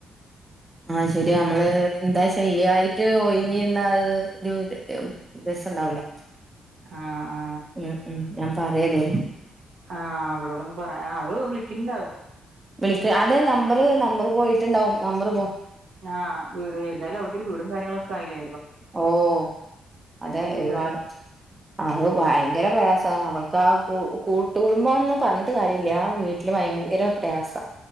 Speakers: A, on the right; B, on the right.
A: ആഹ് അത് ശെരിയാ നമ്മള് ഏഹ് എന്താ ശരിയായിട്ട് ഒഴിഞ്ഞീന്നാ അത് ഒരു രസം എണ്ടാവൂല്ല
B: ആ ആ
A: ഉം ഉം ഞാൻ പറയാ ഇതേപോ
B: ആഹ് അവളോടൊന്ന് പറയാ ആഹ് അവള് വിളി‌ക്കിണ്ടാവും.
A: വിളിക്ക് അതെ നമ്പറ് നമ്പറ് പോയിട്ടുണ്ടാവും നമ്പറ് പോ
B: ആഹ് വീട് എന്തായാലും അവള് ഒരു വീടും കാര്യങ്ങളൊക്കെ ആയില്ലെ
A: ഓഹ് അതേ
B: വലിയ
A: ഒരുപാട്.
B: കാര്യം
A: അത് ഭയങ്കര പ്രയാസാ ണ് അവൾക്കാ കൂ കൂട്ട് കുടുംബംന്ന് പറഞ്ഞിട്ട് കാര്യമില്ല വീട്ടില് ഭയങ്കര പ്രയാസ